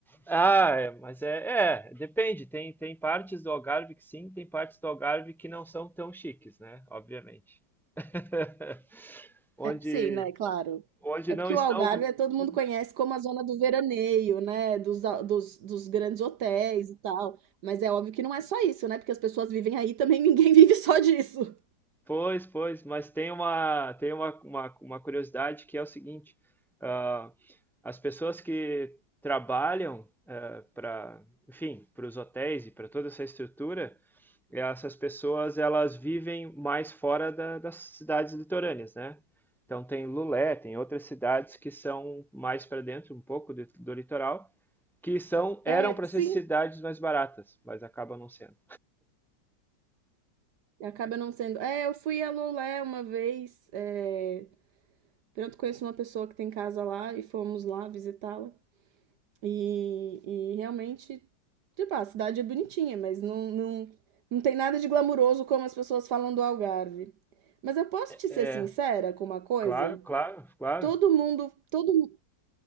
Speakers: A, in the centre; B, on the right.
A: Ah, é, mas é, é, depende. Tem, tem partes do Algarve que sim, tem partes do Algarve que não são tão chiques, né? Obviamente. <laughs> Onde,
B: É, sim, né, claro.
A: onde
B: É
A: não
B: porque
A: estão.
B: o Algarve, eh, todo
A: onde-
B: mundo conhece como a zona do veraneio, né, dos a dos dos grandes hotéis e tal, mas é óbvio que não é só isso, né, porque as pessoas vivem aí também ninguém <laughs> vive só disso.
A: Pois, pois, mas tem uma, tem uma, uma, uma curiosidade que é o seguinte: ah, as pessoas que trabalham para, enfim, para os hotéis e para toda essa estrutura. E essas pessoas, elas vivem mais fora da- das cidades litorâneas, né? Então tem Lulé, tem outras cidades que são mais para dentro, um pouco do, do litoral, que são eram
B: É,
A: para
B: sim,
A: ser cidades mais baratas, mas acabam não sendo.
B: acaba não sendo é, eu fui a Lolé uma vez, eh, pronto, conheço uma pessoa que tem casa lá e fomos lá visitá-la. E, e realmente, tipo, a cidade é bonitinha, mas não, não, não tem nada de glamuroso como as pessoas falam do Algarve. Mas eu posso te ser
A: É,
B: sincera com uma coisa?
A: Claro, claro, claro.
B: Todo mundo, todo,